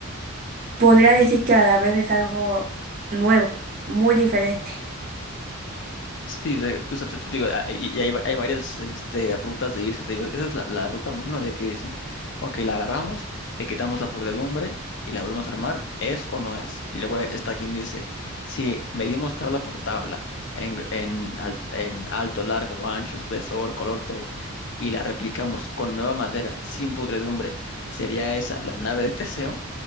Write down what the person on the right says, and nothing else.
podría decir que a la vez es algo nuevo, muy diferente.